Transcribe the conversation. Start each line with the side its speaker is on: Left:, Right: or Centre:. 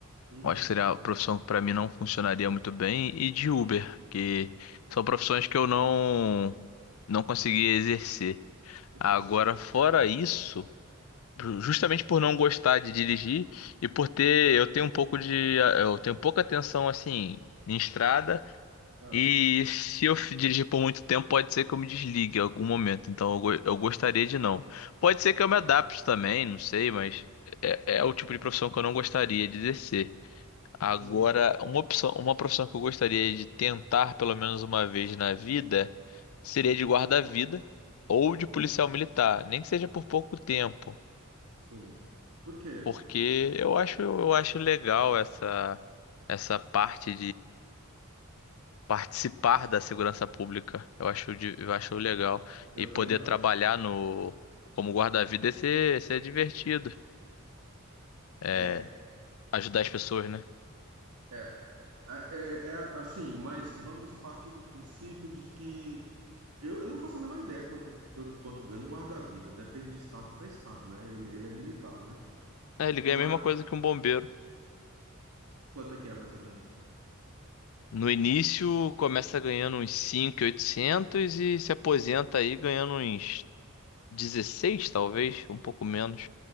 Right: Uhum,
Left: Eu acho que seria uma profissão que pra mim não funcionaria muito bem. E de Uber, que são profissões que eu não, não conseguia exercer.
Right: perfeito.
Left: Agora, fora isso, justamente por não gostar de dirigir e por ter, eu tenho um pouco de, eu tenho pouca atenção assim. Em estrada,
Right: Ah,
Left: E se eu f- dirigir por muito tempo, pode ser que eu me desligue em algum momento. Então eu, go- eu
Right: sim.
Left: gostaria de não. Pode ser que eu me adapte também, não sei, mas é, é o tipo de profissão que eu não gostaria de exercer. Agora,
Right: Uhum,
Left: uma opção, uma profissão que eu gostaria de tentar pelo menos uma vez na vida seria
Right: uhum.
Left: de guarda-vida ou de policial
Right: Olha,
Left: militar, nem que seja por pouco tempo,
Right: sim. Por quê?
Left: porque eu acho, eu acho legal essa, essa parte participar da segurança pública. Eu acho, de- eu acho legal.
Right: Eu
Left: E poder
Right: também acho.
Left: trabalhar no como guarda-vida é ser, ser divertido. É,
Right: É,
Left: ajudar as pessoas, né?
Right: é. É, é, é assim, mas vamos partir do princípio de que Eu, eu não faço a menor ideia quanto, quanto, quanto ganha um guarda-vida. Depende de estado para estado, né? Ele, ele é militar, né?
Left: É, ele ganha
Right: Mas
Left: a mesma coisa que um bombeiro.
Right: quanto é que é, mais ou menos?
Left: No início, começa ganhando uns 5.800 e oitocentos e se aposenta aí ganhando uns 16 talvez, um pouco menos.